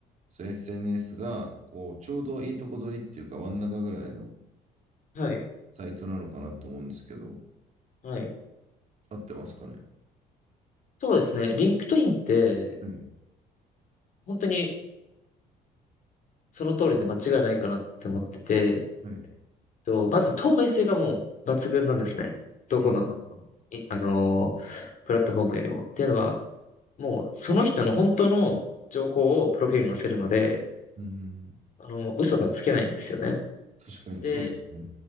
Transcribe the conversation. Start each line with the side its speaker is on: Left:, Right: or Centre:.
Right: そういう SNS が、こう、ちょうどいいとこ取りっていうか、真ん中ぐらいの
Left: はい。
Right: サイトなのかなと思うんですけど、
Left: はい。
Right: 合ってますかね。
Left: そうですね。リンクトインって、
Right: はい。
Left: 本当にその通りで間違いないかなって思ってて、えっ
Right: はい。
Left: と、まず透明性がもう抜群なんですね。どこの、
Right: うん。うん。
Left: いあのープラットフォームよりも。っていうのは、もうその人の本当の情報をプロフィールに載せるので、
Right: うんうん
Left: あの、嘘がつけないんですよね。
Right: 確かに、
Left: で、
Right: そうですね。